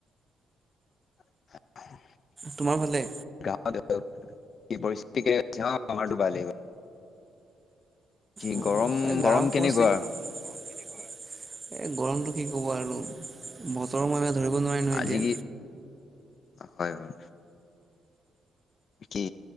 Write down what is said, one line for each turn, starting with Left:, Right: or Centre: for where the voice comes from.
Left: <unintelligible>
Right: তোমাৰ ভালে?
Left: গাঁৱত ধৰ, কি পৰিস্থিতি <unintelligible> কি
Right: উম'
Left: গৰম
Right: এ গাওঁ
Left: গৰম কেনেকুৱা
Right: পৰিচিত। এ গৰমটো কি ক'ব আৰু, বতৰৰ মহিমা ধৰিব নোৱাৰি নহয়
Left: আজি
Right: এতিয়া।
Left: কি হয়, হয়। কি,